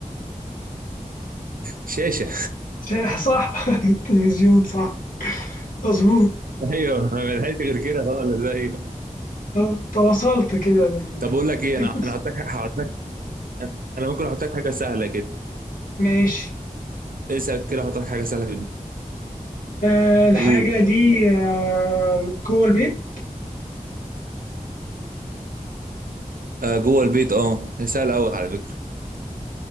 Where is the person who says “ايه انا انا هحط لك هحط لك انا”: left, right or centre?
Right